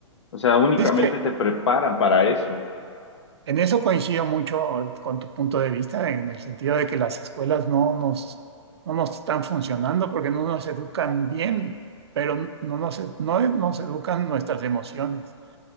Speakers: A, on the left (about 65°); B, on the right (about 60°).
A: O sea, únicamente
B: Es que
A: te preparan para eso.
B: en eso coincido mucho con tu punto de vista, en el sentido de que las escuelas no nos, no nos están funcionando porque no nos educan bien, pero no nos, ed- no nos educan nuestras emociones.